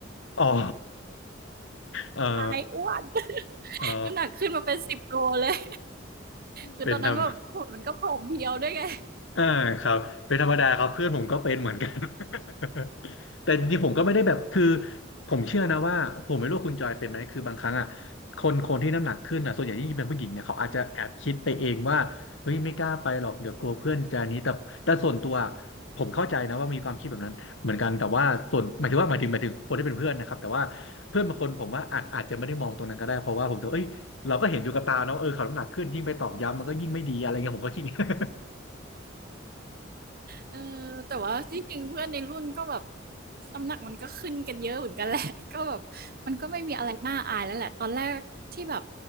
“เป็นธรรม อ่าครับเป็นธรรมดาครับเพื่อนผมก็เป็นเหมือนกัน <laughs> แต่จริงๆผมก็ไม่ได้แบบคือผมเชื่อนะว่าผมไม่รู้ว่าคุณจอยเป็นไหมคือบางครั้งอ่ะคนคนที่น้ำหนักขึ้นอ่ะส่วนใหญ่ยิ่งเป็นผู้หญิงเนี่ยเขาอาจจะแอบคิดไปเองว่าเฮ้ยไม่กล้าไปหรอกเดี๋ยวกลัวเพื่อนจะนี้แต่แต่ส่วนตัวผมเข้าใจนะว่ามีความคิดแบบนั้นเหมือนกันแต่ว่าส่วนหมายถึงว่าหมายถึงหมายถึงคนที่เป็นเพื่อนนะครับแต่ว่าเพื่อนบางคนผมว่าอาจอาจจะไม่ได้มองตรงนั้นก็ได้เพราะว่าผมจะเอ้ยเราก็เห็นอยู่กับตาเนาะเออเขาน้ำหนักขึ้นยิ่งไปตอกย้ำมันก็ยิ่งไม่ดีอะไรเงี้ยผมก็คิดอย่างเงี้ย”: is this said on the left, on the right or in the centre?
Left